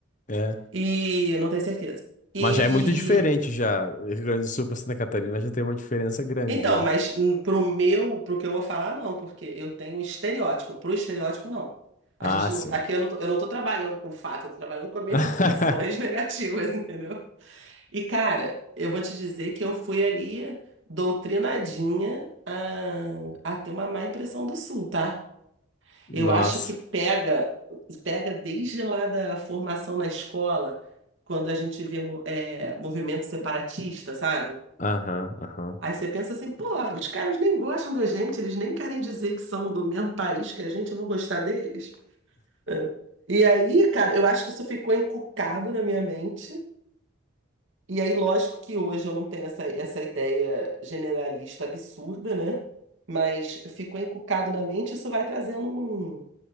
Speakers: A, on the left; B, on the right.
A: é.
B: E eu não tenho certeza. E
A: Mas já é muito diferente já. Rio Grande do Sul para Santa Catarina já tem uma diferença grande
B: Então,
A: já.
B: mas hum, pro meu, pro que eu vou falar, não, porque eu tenho estereótipo. Pro estereótipo, não. A
A: Ah,
B: gente não,
A: sim.
B: aqui eu não tô, eu não tô trabalhando com fato, eu tô trabalhando com as minhas
A: <laughs>
B: impressões <laughs> negativas, entendeu? E, cara, eu vou te dizer que eu fui ali doutrinadinha a, a ter uma má impressão do Sul, tá?
A: Nossa.
B: Eu acho que pega, pega desde lá da formação na escola, quando a gente vê mo- é, movimento separatista, sabe?
A: Aham, aham.
B: Aí você pensa assim, pô, os caras nem gostam da gente, eles nem querem dizer que são do mesmo país que a gente, eu vou gostar deles. É. E aí, cara, eu acho que isso ficou encucado na minha mente. E aí, lógico que hoje eu não tenho essa, essa ideia generalista absurda, né? Mas ficou encucado na mente, isso vai trazendo um-